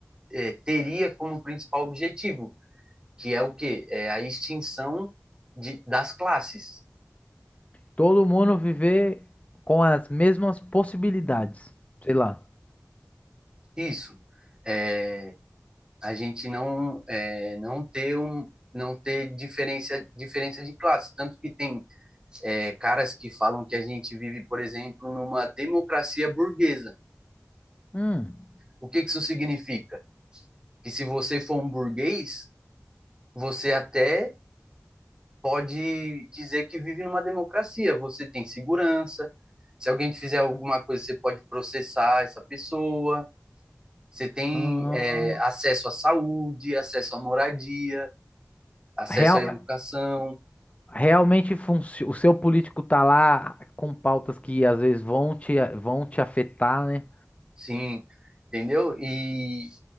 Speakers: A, on the right; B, on the left.
A: é, teria como principal objetivo que é o quê? É a extinção de, das classes.
B: Todo mundo viver com as mesmas possibilidades, sei lá.
A: Isso. É, a gente não, é, não ter um, não ter diferença, diferença de classe. Tanto que tem é, caras que falam que a gente vive, por exemplo, numa democracia burguesa.
B: Hum.
A: O que, que isso significa? Que se você for um burguês, você até pode dizer que vive numa democracia. Você tem segurança. Se alguém te fizer alguma coisa, você pode processar essa pessoa Você tem
B: ah,
A: é, acesso à saúde, acesso à moradia, acesso
B: real,
A: à educação,
B: Realmente funci- o seu político tá lá com pautas que às vezes vão te, vão te afetar, né?
A: sim, entendeu? E